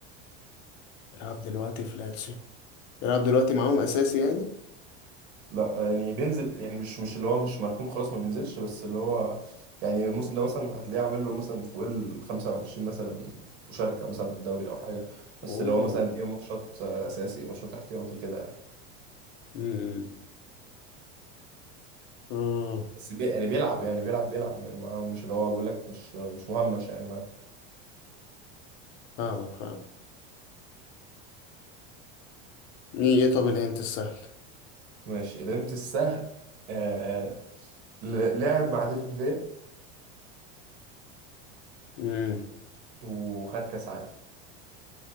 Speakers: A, on the left (about 60°); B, on the right (about 75°).
A: بيلعب دلوقتي في لاتسيو بيلعب دلوقتي معاهم أساسي يعني؟
B: لا يعني بينزل يعني مش مش اللي هو مش مركون خلاص ما بينزلش بس اللي هو يعني الموسم ده مثلا هتلاقيه عامل له مثلا فوق ال 25 مثلا مشاركه مثلا في الدوري او حاجه بس
A: أوه
B: اللي هو مثلا ايه ماتشات آه، اساسي ماتشات احتياطي كده يعني.
A: امم امم
B: بس بي... يعني بيلعب يعني بيلعب بيلعب يعني معاه مش اللي هو بقول لك مش مش مهمش يعني معاه
A: فاهمك فاهمك مين إيه طب الهنت السهل؟
B: ماشي الانت السهل آه... ل- لعب مع ديفيد فيا
A: مم.
B: وخد كاس عالم